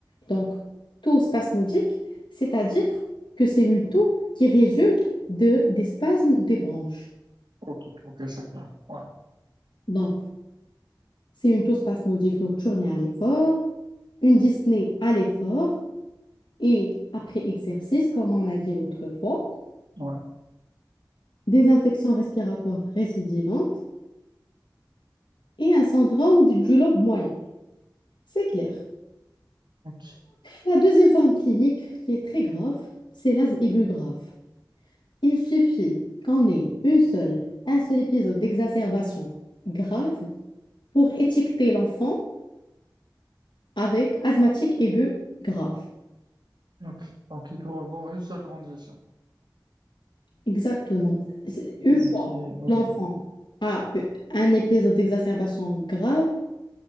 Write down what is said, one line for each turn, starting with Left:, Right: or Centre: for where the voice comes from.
Left: Donc, taux spasmodique, c'est-à-dire que c'est une toux qui résulte de, des spasmes des bronches.
Right: ok, ok, c'est clair. Ouais,
Left: Donc, c'est une taux spasmodique nocturne et à l'effort, une dyspnée à l'effort, et après exercice, comme on a dit l'autre fois,
Right: ouais,
Left: des infections respiratoires récidivantes et un syndrome du du lobe moyen. C'est clair.
Right: ok,
Left: La deuxième forme clinique qui est très grave, c'est l'asthme aigu grave. Il suffit qu'on ait une seule, un seul épisode d'exacerbation grave pour étiqueter l'enfant avec asthmatique aigu grave.
Right: ok. Donc il doit avoir une seule condition.
Left: Exactement. C'est- Une
Right: euh,
Left: fois
Right: Qui est, ok.
Left: que l'enfant a un épisode d'exacerbation grave,